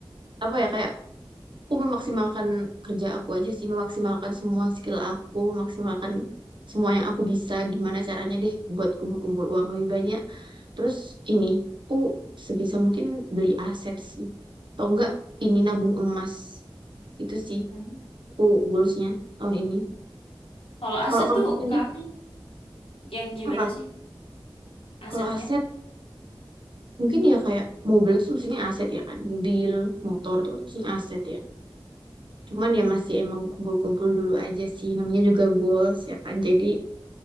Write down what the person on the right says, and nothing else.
Apa ya kayak aku memaksimalkan kerja aku aja sih, memaksimalkan semua skill aku, memaksimalkan semua yang aku bisa. Gimana caranya deh buat kumpul-kumpul uang lebih banyak. Terus ini, aku sebisa mungkin beli aset sih. Atau enggak ini nabung emas. Itu sih
aku goalsnya tahun ini.
Kalau kamu
sendiri
apa?
Kalau aset mungkin ya kayak mobil itu maksudnya aset ya kan, mobil, motor itu kan maksudnya aset ya. Cuman ya masih emang kumpul-kumpul dulu aja sih, namanya juga goals ya kan. Jadi